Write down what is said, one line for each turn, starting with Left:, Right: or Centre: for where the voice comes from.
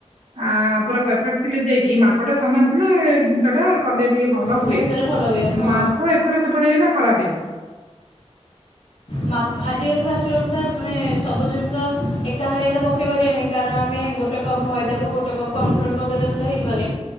Right: ଆ ପୁରା ପରଫେକ୍ଟ ଥିଲେ ଯାଇକି ମାପଟା ସମାନ ଥିଲେ ଜିନିଷଟା କଲେ ଟିକେ ଭଲ
Left: ଜିନିଷଟା
Right: ହୁଏ
Left: ଭଲ ହୁଏ ହଁ
Right: ।ମାପ ଏପଟେ ସେପଟେ ହେଇଗଲେ ଖରାପ ହେଇଯାଏ।
Left: ମା
Right: ନାଇଁ
Left: ଆଜି
Right: ଏଇଟା।
Left: କାଲି ଫାର୍ଷ୍ଟ ଓଲଟା ମାନେ ସ ସବୁ ଜିନିଷ ଏକାହାଳିଆ ତ ପକେଇ ପାରିବାନି। କାରଣ ଆମେ ଗୋଟେ କପ୍ ମଇଦାକୁ ଗୋଟେ କପ୍ କଣ୍ଫ୍ଲୋର ପକାଇଦେଲେ ତ ହେଇଯିବନି।